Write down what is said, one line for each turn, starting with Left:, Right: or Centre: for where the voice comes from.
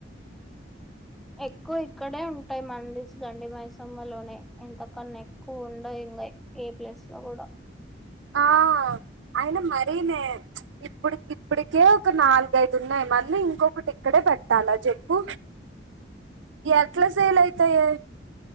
Centre: ఎక్కువ ఇక్కడే ఉంటాయి మండీస్ గండి మైసమ్మ లోనే ఇంతకన్నా ఎక్కువ ఉండయి ఇంగ ఏ ప్లేస్ లో కూడా
Right: ఆ అయిన మరీనే ఇప్పుడు ఇప్పటికే ఒక నాలుగైదు ఉన్నాయి మళ్ళీ ఇంకొకటి ఇక్కడే పెట్టాలా చెప్పు ఎట్లా సెల్ అయితయె